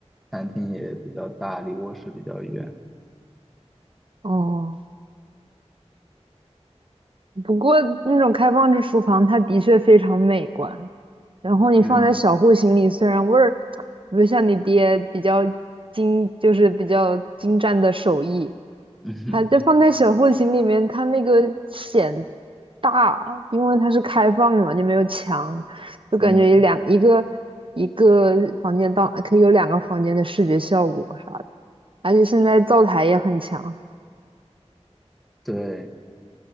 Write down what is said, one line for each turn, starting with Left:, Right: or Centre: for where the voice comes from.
Centre: 餐厅也比较大，离卧室比较远。
Right: 哦，不过那种开放式厨房，它的确非常美观。然后你放在小户型里，
Centre: 嗯
Right: 虽然味儿不像你爹比较精，就是比较精湛的手艺，
Centre: 嗯
Right: 它就放在小户型里面，它那个显大，因为它是开放嘛，就没有墙，就感觉有两一个一个房间当可以有两个房间的视觉效果啥的，
Centre: 嗯，
Right: 而且现在灶台也很强，
Centre: 对。